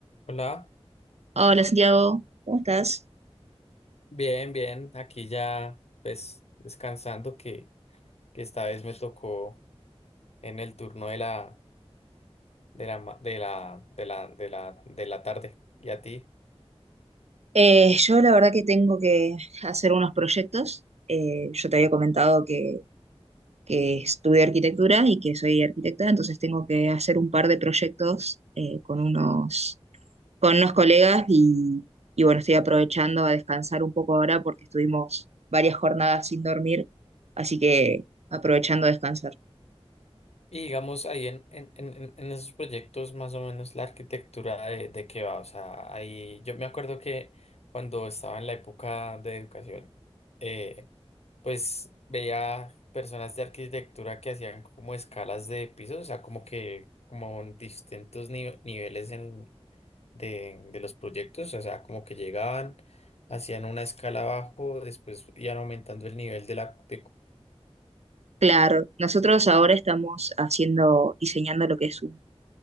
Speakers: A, on the left; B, on the right.
A: Hola,
B: Hola Santiago, ¿cómo estás?
A: bien, bien, aquí ya pues descansando que, que esta vez me tocó en el turno de la de la ma- de la de la de la, de la tarde y a ti.
B: Eh, yo la verdad que tengo que hacer unos proyectos. Eh, yo te había comentado que, que estudié arquitectura y que soy arquitecta, entonces tengo que hacer un par de proyectos eh, con unos, con unos colegas y, y bueno, estoy aprovechando a descansar un poco ahora porque estuvimos varias jornadas sin dormir, así que aprovechando a descansar.
A: Y digamos ahí en, en, en, en- en esos proyectos más o menos la arquitectura de, de qué va. O sea, ahí yo me acuerdo que cuando estaba en la época de educación, eh, pues veía personas de arquitectura que hacían como escalas de pisos, o sea, como que como en distintos nive- niveles en- de, de los proyectos, o sea, como que llegaban, hacían una escala abajo, después iban aumentando el nivel de la, de
B: Claro, nosotros ahora estamos haciendo, diseñando lo que es un,